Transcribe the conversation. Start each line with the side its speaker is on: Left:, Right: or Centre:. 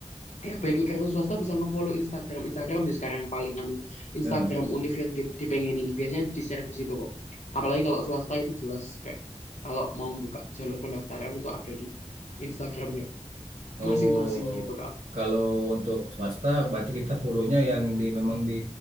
Left: Ya baik nih kartu swasta bisa ngefollow Instagram Instagram sih sekarang yang paling anu Instagram
Right: Nah.
Left: Univ yang di- dipengenin biasanya di share di situ kok apalagi kalau swasta itu jelas kayak kalau mau buka jalur pendaftaran itu ada di Instagramnya
Right: Oh,
Left: masing-masing gitu Kak
Right: kalau untuk swasta berarti kita follow-nya yang di memang di